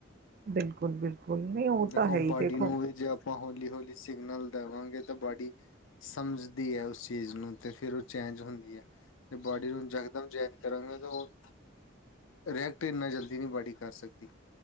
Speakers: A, on the right; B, on the left.
A: ਬਿਲਕੁਲ ਬਿਲਕੁਲ। ਨਹੀਂ ਉਹ
B: ਦੇਖੋ
A: ਤਾਂ ਹੈ ਹੀ
B: ਬਾਡੀ
A: ਦੇਖੋ
B: ਨੂੰ ਵੀ ਜੇ ਆਪਾਂ ਹੌਲੀ ਹੌਲੀ ਸਿਗਨਲ ਦੇਵਾਂਗੇ ਤਾਂ ਬਾਡੀ। ਸਮਝਦੀ ਹੈ ਉਸ ਚੀਜ਼ ਨੂੰ ਤੇ ਫਿਰ ਉਹ ਚੇਂਜ ਹੁੰਦੀ ਹੈ। ਤੇ ਬੋਡੀ ਨੂੰ ਯਕਦਮ ਜਇਨ ਕਰਾਂਗੇ ਤੇ ਉਹ ਰਿਐਕਟ ਇੰਨਾ ਜਲਦੀ ਨਹੀਂ ਬਾੜੀ ਕਰ ਸਕਦੀ।